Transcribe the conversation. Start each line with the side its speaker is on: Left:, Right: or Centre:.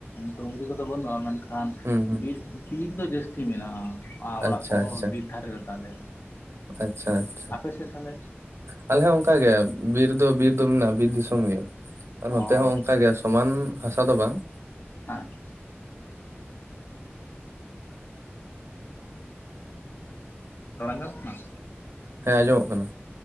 Left: ᱰᱩᱝᱨᱤ ᱠᱚᱫᱚ ᱵᱟᱹᱱᱩᱜᱼᱟ ᱢᱮᱱᱠᱷᱟᱱ ᱠᱷᱟᱱ
Right: ᱦᱩᱸ ᱦᱩᱸ
Left: ᱵᱤᱨ ᱵᱤᱨ ᱫᱚ ᱡᱟᱹᱥᱛᱤ ᱢᱮᱱᱟᱜᱼᱟ ᱚᱲᱟᱜ
Right: ᱟᱪᱪᱷᱟ
Left: ᱠᱚᱦᱚᱸ
Right: ᱟᱪᱪᱷᱟ
Left: ᱵᱤᱨ ᱫᱷᱟᱨᱮ ᱨᱮ ᱛᱟᱞᱮ
Right: ᱟᱪᱪᱷᱟ ᱟᱪᱪᱷᱟ
Left: ᱟᱯᱮ ᱥᱮᱫ ᱛᱟᱦᱚᱞᱮ?
Right: ᱟᱞᱮ ᱦᱚᱸ ᱚᱱᱠᱟᱜᱮ ᱵᱤᱨ ᱫᱚ ᱵᱤᱨ ᱫᱚ ᱢᱮᱱᱟᱜᱼᱟ ᱵᱤᱨ ᱫᱤᱥᱚᱢ ᱜᱮ ᱟᱨ
Left: ᱚ
Right: ᱱᱚᱛᱮ ᱦᱚᱸ ᱚᱱᱠᱟ ᱜᱮᱭᱟ ᱥᱚᱢᱟᱱ ᱦᱟᱸᱥᱟ ᱫᱚ ᱵᱟᱝ।
Left: ᱦᱟᱸ ᱨᱚᱲ ᱟᱸᱡᱚᱢᱚᱜ ᱠᱟᱱᱟ?
Right: ᱦᱮᱸ ᱟᱸᱡᱚᱢᱚᱜ ᱠᱟᱱᱟ।